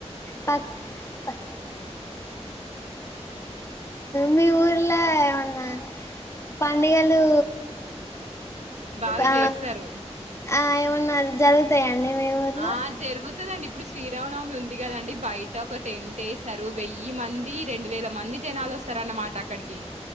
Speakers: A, on the left (about 25°); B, on the right (about 80°).
A: పక్ ప మీ ఊర్ల ఏమన్నా పండుగలు
B: బాగా
A: ఆ..
B: చేస్తారు
A: ఆ ఏమన్నా జరుగుతాయండి మీ ఊర్లో
B: ఆ జరుగుతదండి ఇప్పుడు శ్రీరామనవమి ఉంది కదండి బయట ఒక టెంట్ వేసారు వెయ్యి మంది రెండు వేల మంది జనాలు వస్తారు అన్నమాట అక్కడికి